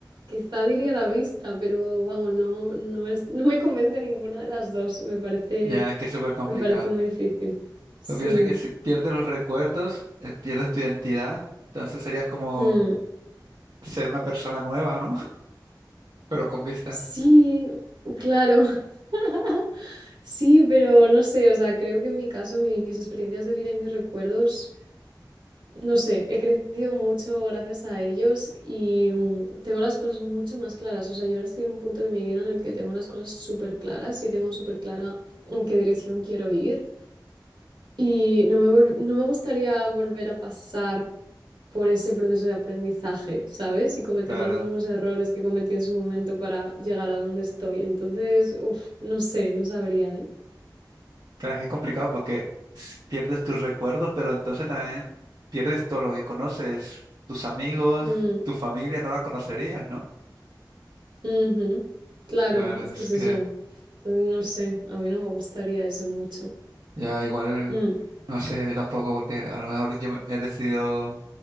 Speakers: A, on the right; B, on the right.
A: quizá diría la vista, pero vamos, no, no es, no me convence ninguna de las dos. Me parece,
B: Ya es que es súper complicado.
A: me parece muy difícil. Sí.
B: Pues piensa que si pierdes los recuerdos, eh, pierdes tu identidad, entonces serías como
A: Mm.
B: ser una persona nueva, ¿no? <laughs> Pero con vista.
A: Sí, claro. <laughs> Sí, pero no sé, o sea, creo que en mi caso mis experiencias de vida y mis recuerdos, no sé, he crecido mucho gracias a ellos y mm, tengo las cosas mucho más claras. O sea, yo ahora estoy en un punto de mi vida en el que tengo las cosas súper claras y tengo súper clara en qué dirección quiero ir. Y no me, vol- no me gustaría volver a pasar por ese proceso de aprendizaje, ¿sabes? Y cometer
B: Claro.
A: los mismos errores que cometí en su momento para llegar a donde estoy. Entonces, uff, no sé, no sabría, ¿eh?
B: Claro, es que es complicado porque s- pierdes tus recuerdos, pero entonces también pierdes todo lo que conoces, tus amigos,
A: Mm,
B: tu familia, no la conocerías, ¿no?
A: ujú. Claro,
B: Claro,
A: es
B: es
A: que es
B: que
A: eso. Entonces, no sé, a mí no me gustaría eso mucho.
B: Ya igual,
A: Mm,
B: no sé tampoco, porque a lo mejor yo me- he decidido